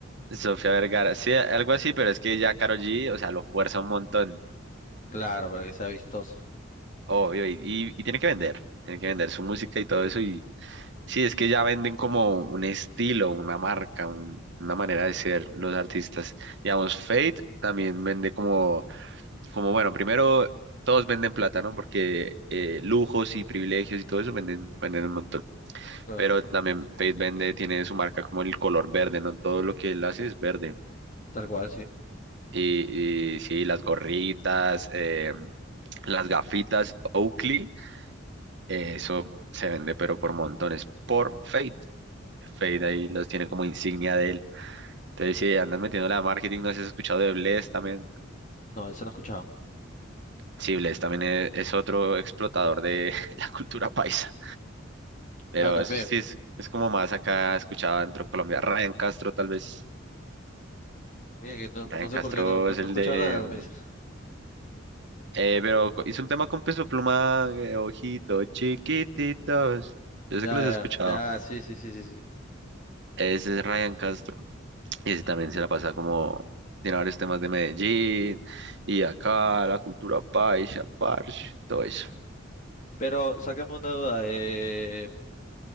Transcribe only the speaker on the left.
Claro, para que sea vistoso.
Claro,
tal cual, sí.
No, ese no he escuchado.
Ah, también.
Mira que no,
no sé
por qué no, no,
no
he escuchado
nada, como
dices.
Ya,
ya,
ya, sí, sí, sí, sí, sí.
Pero sácame una duda, eh,